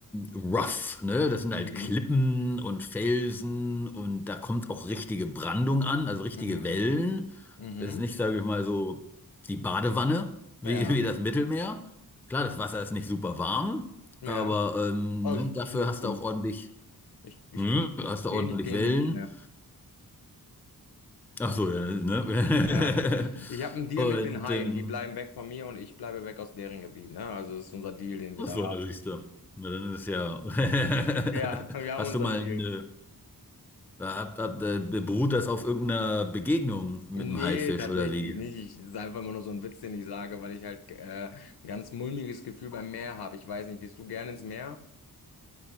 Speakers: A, in the centre; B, on the left.
A: rough, ne? Das sind halt
B: Mhm.
A: Klippen und Felsen und da kommt auch richtige Brandung an, also richtige
B: Mhm.
A: Wellen.
B: Mhm.
A: Das ist nicht, sage ich mal, so die Badewanne wie,
B: Ja,
A: <laughs> wie das Mittelmeer. Klar, das Wasser ist nicht super warm,
B: ja.
A: aber ähm,
B: Oh,
A: ne,
B: ist
A: dafür
B: nicht
A: hast
B: schlimm.
A: du auch ordentlich,
B: Ich, ich,
A: hm,
B: geh
A: hast
B: ich
A: du
B: gehe
A: ordentlich
B: nicht, geh
A: Wellen.
B: nicht
A: Ach so, ja, ne? <laughs>
B: Ja. Ich habe einen Deal
A: Und
B: mit den Haien.
A: ähm,
B: Die bleiben weg von mir und ich bleibe weg aus deren Gebiet. Ne? Also das ist unser Deal, den wir
A: ach
B: da
A: so,
B: haben.
A: na siehst du. Na, dann ist es ja. <laughs>
B: Ja, <laughs> wir haben
A: Hast
B: unseren
A: du mal
B: Deal.
A: eine. Hab, hab, äh, beruht das auf irgendeiner Begegnung mit
B: Nee,
A: einem Haifisch
B: tatsächlich
A: oder wie?
B: nicht. Ich, das ist einfach immer nur so ein Witz, den ich sage, weil ich halt äh, ein ganz mulmiges Gefühl beim Meer habe. Ich weiß nicht, gehst du gerne ins Meer?